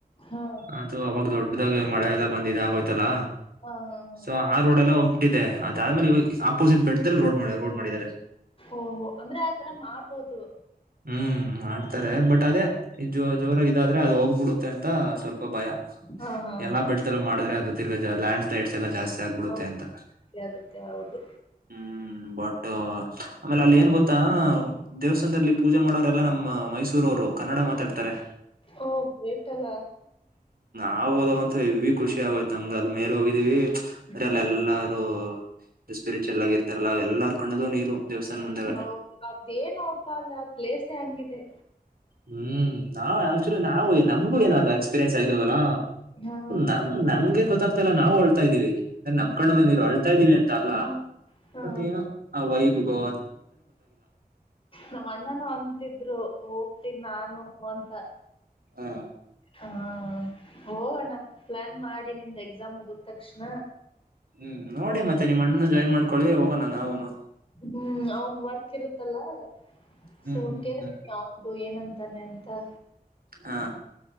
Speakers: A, on the left; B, on the right.
A: ಹಾ
B: ಅದು ಅವಾಗ ದೊಡ್ಡ ಡಾಗ ಮಳೆ ಎಲ್ಲ ಬಂದಿದೆ ಇದಾಯ್ತಿಲ್ಲ
A: ಹಾ ಹಾ ಹಾ
B: ಸೊ ಆ ರೋಡ್ ಎಲ್ಲ ಹೋಗ್ಬಿ ಟ್ಟ ಇದೆ ಅದಾದ್ಮೇಲೆ ಇಗ ಆಪೋಸಿಟ್ ಬೆಡಲ್ಲಿ ರೋಡ್- ರೋಡ್ ಮಾಡಿದ್ದಾರೆ.
A: ಓಹೋ, ಅಂದ್ರೆ ಆತರ ಮಾಡ್ಬೋದು.
B: ಹ್ಮ್, ಮಾಡ್ತಾರೆ ಬಟ್ ಅದೇ ಈಜೋರಾಗ ಇದಾದ್ರೆ ಅದು ಹೋಗ್ಬಿಡುತ್ತೆ ಅಂತ ಸ್ವಲ್ಪ ಭಯ.
A: ಹಾ ಹಾ
B: ಎಲ್ಲಾ
A: ಹಾ
B: ಬೆಟ್ದಲ್ಲಿಮಾಡಿದ್ರೆ ಅದು ತಿರ್ಗ ಲ್ಯಾಂಡ್ ಸ್ಲೈಡ್ಸ್ ಎಲ್ಲ ಜಾಸ್ತಿ ಆಗ್ಬಿಡುತ್ತೆ
A: ಹೌದು
B: ಅಂತ.
A: ಸರಿ ಆಗುತ್ತೆ ಹೌದು
B: ಹ್ಮ್, ಬಟ್ ಆಮೇಲೆ ಅಲ್ಲಿ ಏನ್ ಗೊತ್ತಾ ದೇವಸ್ಥಾನದಲ್ಲಿ ಪೂಜೆ ಮಾಡೋರೆಲ್ಲಾ ನಮ್ಮ್ ಮೈಸೂರ ಅವರು ಕನ್ನಡ ಮಾತಾಡ್ತಾರೆ.
A: ಒ ಬತಲ್ಲ
B: ನಾವು ಹದೋಗ ಅಂತ ಇವಿ ಖುಷಿ ಆಗಯತ್ ನಮ್ಗೆ ಅಲ್ಲಿ ಮೇಲೆ ಹೋಗಿದಿವಿ ಅ್ರಲ್ಲ
A: ಹ್ಮ್
B: ಎಲ್ಲಾರು ಸ್ಪಿರಿಚಲ್ ಆಗಿ ಇರ್ತಾರಲ್ಲ ಎಲ್ಲಾರ್ ಕಣ್ಣಲು ನೀರು ದೇವಸ್ಥಾನ ಮುಂದೆಲ್ಲ
A: ಹೌದು ಅದೇನು ಅಪ್ಪ ಅಲ್ಲ ಪ್ಲೇಸ್ ಹಂಗಿದೆ.
B: ಹ್ಮ್ ನಾವ ಆಕ್ಚುಲಿ ನಾವು ನಮಗು ಏನದ ಎಕ್ಸ್ಪೀರಿಯನ್ಸ್ ಆಗಲ್ವಲ್ಲ
A: ಹಾ
B: ನಮ್ ನಮಗೆ ಗೊತ್ತಾಗ ಲ್ಲ ನಾವು ಅಳ್ತಾ ಇದೀವಿ ನಮ್ಮ ಕಣ್ಣಲ್ಲ ನೀರು ಅಳ್ತಾ ಇದ್ದೀವಿ ಅಂತ ಅಲ್ಲಾ
A: ಹ್ಮ್. ಹಾ
B: ಬತ್ತ ಏನು ಆ ವೈಭಗೊ
A: ನಮ್ಮ ಅಣ್ಣನ ಅಂತಿದ್ರು ಹೋಗ್ತೀನಿ ನಾನು ಅಂತ
B: ಹಾ
A: ಹ ಹೋಗಣ ಪ್ಲಾನ್ ಮಾಡಿ ನಿಮ್ದ ಎಕ್ಸಾಮ್ ಮುಗದ ತಕ್ಷಣ.
B: ಹ್ಮ್ ನೋಡಿ ಮತ್ತೆ ನಿಮ್ಮ ಅಣ್ಣನ್ನ ಜಾಯಿನ್ ಮಾಡ್ಕೊಳ್ಳಿ ಹೋಗೋಣ ನಾವುನು
A: ಹ್ಮ್ ಅವಂದ್ ವರ್ಕ್ ಇರುತ್ತಲ್ಲ
B: ಹ್ಮ್
A: ಸೊ
B: ಹ್ಮ್
A: ಕೇಳ್ತೀನಿ
B: ಹ್ಮ್
A: ಅವನ್ಗು ಏನಂತ್ <unintelligible>
B: ಹಾ